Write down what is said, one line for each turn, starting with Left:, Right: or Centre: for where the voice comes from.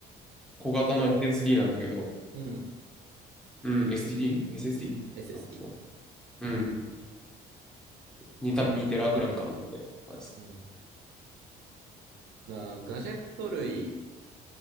Centre: 小型の SSD なんだけど、
Right: うん、
Centre: うん、SSD?SSD
Right: SSD。
Centre: か、そう。うん。に多分2テラぐらいかなって感じです。
Right: うん。なガジェット類